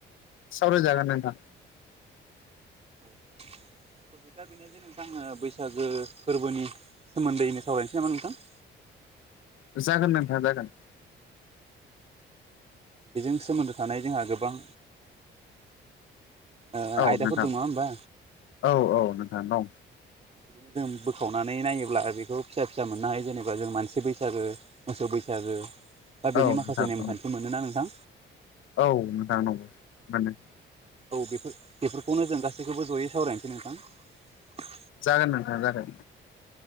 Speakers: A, on the left; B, on the right.
A: सावरायजागोन नोंथां।
B: औ टबिका बेनो जे नोंथांनो बैसागो फोरबोनि सोमोन्दैनो सावरायनोसै नामा नोंथां? <inaudible>
A: जागोन नोंथां जागोन।
B: बेजों सोमोन्दो थानाय जोंहा गोबां ओ
A: औ
B: आयदाफोर
A: नोंथां
B: दं नङा होमबा?
A: औ औ नोंथां दं।
B: बिदिनो जों बोखावनानै नायोब्ला बेखौ फिसा फिसा मोननो हायो जेनेबा जों मानसि बैसागो मोसौ बैसागो गो दा बेनि
A: औ
B: माखासे
A: नोंथां औ
B: नेमखान्थि मोनोना नोंथां
A: औ मोजां नंगौ मोनो।
B: औ बेफोर बेफोरखौनो जों गासैखौबो जयै सावरायनोसै नोंथां।
A: जागोन नोंथां जागोन।